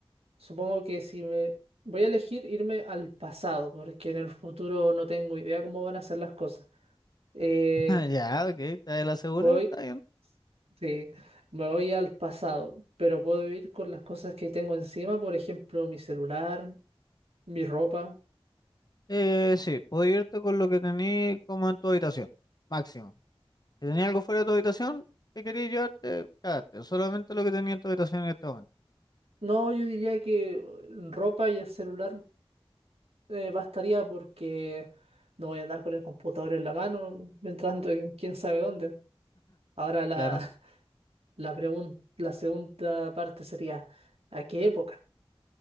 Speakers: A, on the right (about 85°); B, on the left (about 40°).
A: supongo que si me... Voy a elegir irme al pasado, porque en el futuro no tengo idea cómo van a ser las cosas. Eh,
B: <laughs> ya, ok, está de la segura,
A: puedo
B: está
A: ir-
B: bien.
A: sí, me voy al pasado, pero puedo ir con las cosas que tengo encima, por ejemplo, mi celular, mi ropa.
B: Eh, sí, puedes irte con lo que tenías como en tu habitación, máximo. Si tenías algo fuera de tu habitación, te querías llevarte, cagaste. Solamente lo que tenía en tu habitación en este momento.
A: No, yo diría que eh, ropa y el celular eh, bastaría porque no voy a andar con el computador en la mano, entrando en quién sabe dónde. Ahora la,
B: Claro,
A: <laughs> la pregun- la segunda parte sería, ¿a qué época?